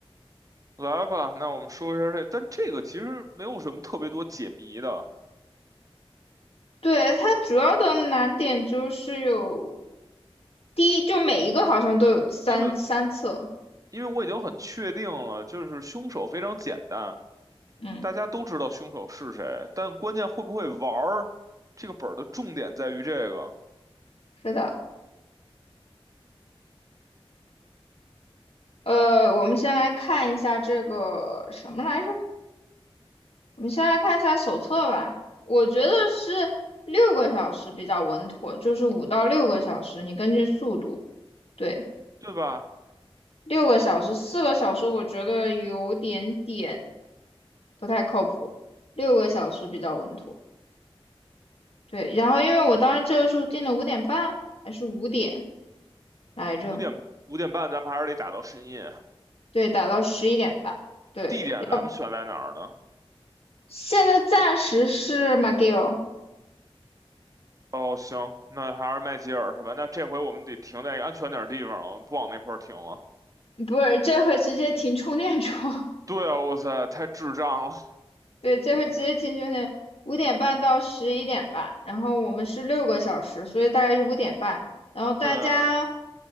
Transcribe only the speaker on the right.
来吧，那我们说一下这，但这个其实没有什么特别多解谜的，
因为因为我已经很确定了，就是凶手非常简单，
大家都知道凶手是谁，但关键会不会玩儿，这个本儿的重点在于这个，
对吧？
五点五点半，咱们还是得打到深夜。
地点咱们选在哪儿呢？
哦，行，那还是麦吉尔是吧？那这回我们得停在一个安全点儿的地方了，不往那块儿停了。
对啊，哇塞，太智障了。
对，